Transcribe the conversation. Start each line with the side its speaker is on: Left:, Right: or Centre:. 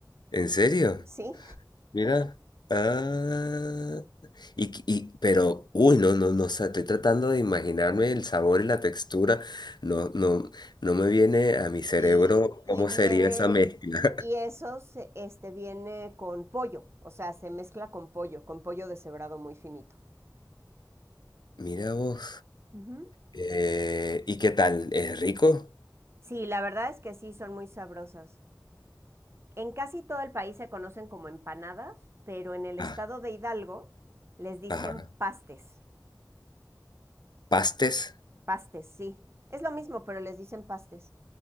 Left: ¿en serio?
Right: sí.
Left: Mira. Ah. Y, y- pero, uy, no, no, no, o sea, estoy tratando de imaginarme el sabor y la textura. No, no, no me viene a mi cerebro
Right: y, y
Left: cómo
Right: viene,
Left: sería esa mezcla.
Right: y eso se- este, viene con pollo, o sea, se mezcla con pollo, con pollo deshebrado muy finito.
Left: <laughs> Mira vos.
Right: Ujú.
Left: Eh, ¿y qué tal? ¿Es rico?
Right: Sí, la verdad es que sí, son muy sabrosas. En casi todo el país se conocen como empanadas, pero en el estado
Left: Ah,
Right: de Hidalgo les dicen
Left: ajá.
Right: pastes.
Left: Pastes.
Right: Pastes, sí. Es lo mismo, pero les dicen pastes.